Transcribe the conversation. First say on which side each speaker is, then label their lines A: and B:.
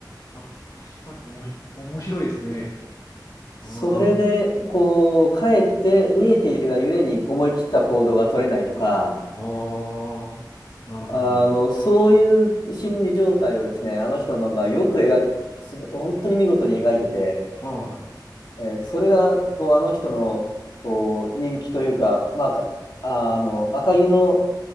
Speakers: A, on the left (about 50°); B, on the left (about 75°).
A: あ、確かにおもし面白いですね。ああ。
B: それで、こう、かえって見えているがゆえに思い切った行動が取れないとか、
A: ああ、なるほど、
B: あの、
A: なるほど。
B: そういう心理状態をですね、あの人の漫画はよく描き、
A: はい、
B: す本当に見事に描いてて、
A: はい
B: えーそれが、こう、あの人の、こう、人気というか、まあ、かあの、赤城の